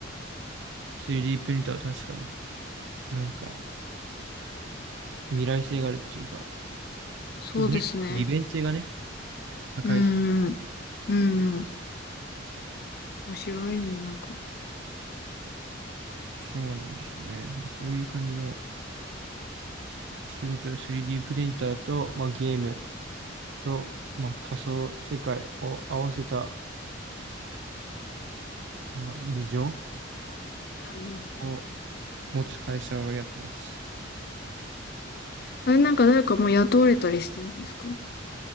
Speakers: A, on the right; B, on the left.
A: 3D プリンターは確かになんか未来性があるっていうか、
B: そうですね。
A: 利利便性がね、高いし
B: うーん。うん。面白いの、なんか。
A: そうなんですよね。そういう感じの仕事や 3D プリンターと、まあ、ゲームと、まあ、仮想世界を合わせた、まあ、ビジョン
B: うん、うん、うん。
A: を持つ会社をやってます。
B: あれ、なんか誰かもう雇われたりしてるんですか